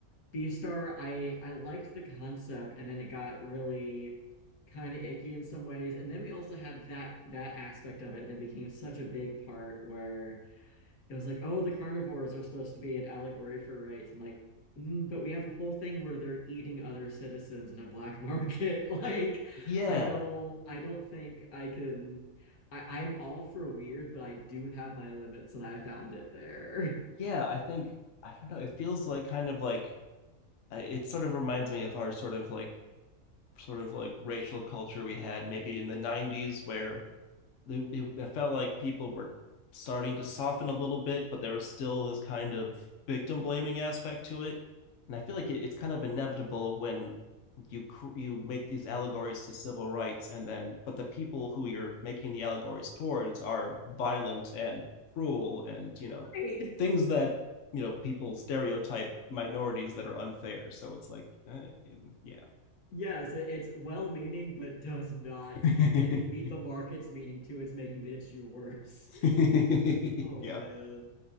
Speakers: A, on the left; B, on the left.
A: Beastar, I I liked the concept, and then it got really kind of icky in some ways. And then we also had that that aspect of it that became such a big part where it was like, oh, the carnivores are supposed to be an allegory for rights. I'm like, mm, but we have a whole thing where they're eating other citizens in a black market. <laughs> Like,
B: yeah
A: I don't I don't think I can. I, I'm all for weird, but I do have my limits, and I found it there.
B: yeah i think i don't know it feels like kind of like uh, it sort of reminds me of our sort of like sort of like racial culture we had maybe in the 90s where they, it, it felt like people were starting to soften a little bit, but there was still this kind of victim blaming aspect to it. And I feel like it, it's kind of inevitable when you you make these allegories to civil rights, and then but the people who you're making the allegories towards are violent and cruel, and you
A: <laughs>
B: know
A: Right.
B: things that you know people stereotype minorities that are unfair. So it's like, uh, yeah,
A: Yes, it- it's well-meaning, but does not
B: yeah.
A: me- meet
B: <laughs>
A: the market's meaning too. It's making the issue worse.
B: <laughs>
A: <laughs>
B: yeah,
A: Oh
B: yeah,
A: man.